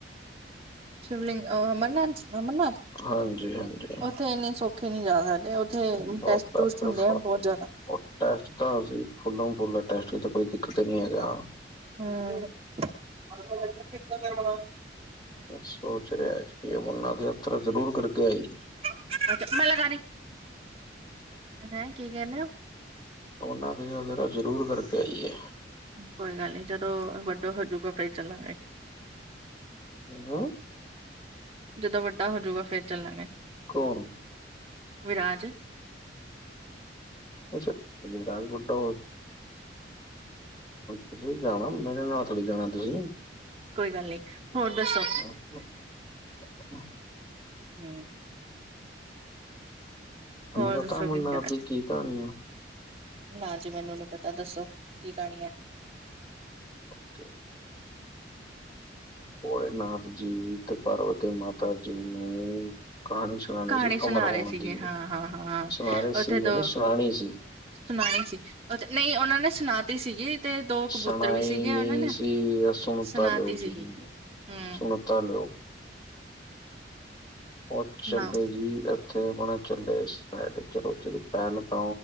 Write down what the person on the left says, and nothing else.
ਹਾਂਜੀ ਹਾਂਜੀ
ਬਾਬਾ
ਪ੍ਰਫਾ
ਉਹ ਟੈਸਟ, ਤਾਂ ਅਸੀ ਫੁੱਲੋ ਫੁੱਲ ਟੈਸਟ ਤਾਂ ਕੋਈ ਦਿੱਕਤ ਹੀ ਨਹੀਂ ਹੈਗਾ।
ਸੋਚ ਰਿਹਾ ਜੀ, ਅਮਰਨਾਥ ਯਾਤਰਾ ਜ਼ਰੂਰ ਕਰਕੇ ਆਈਏ।
ਉਹਨਾਂ ਦੇ ਉਹਧਰਾ ਜ਼ਰੂਰ ਕਰਕੇ ਆਈਏ।
ਹ।
ਕੌਣ
ਅੱਛਾ, ਵਿਰਾਜ ਵਡਾ ਤੁਸੀਂ ਜਾਣਾ, ਮੇਰੇ ਨਾਲ ਥੋੜੀ ਜਾਣਾ ਤੁਸੀਂ।
ਹਾਂ। <unintelligible>
ਪਤਾ
ਅਮਰਨਾਥ
ਦੀ ਕੀ ਕਹਾਣੀ ਆ
ਓਕੇ <unintelligible> ਭੋਲੇ ਨਾਥ ਜੀ ਤੇ ਪਾਰਵਤੀ ਮਾਤਾ ਜੀ ਨੂੰ ਕਹਾਣੀ ਸੁਣਾਉਣੀ
ਸੀ
ਅਮਰ ਹੋਣ
ਦੀ
ਸੁਣਾ ਰਹੇ
ਸੀਗੇ
ਨਹੀਂ ਸੁਣਾਣੀ ਸੀ
ਸ਼ਣਾਾਈ
ਨਹੀ
ਸੀ, ਅ ਸੁਣਤਾ
ਲਓ
ਜੀ,
ਸੁਣਤਾ ਲਓ। ਉਹ ਚਲੋ
ਜੀ ਇਥੇ ਆਪਣਾ ਚੱਲੇ ਇਸ ਸਾਈਡ ਚਲੋ ਪਹਿਲਗ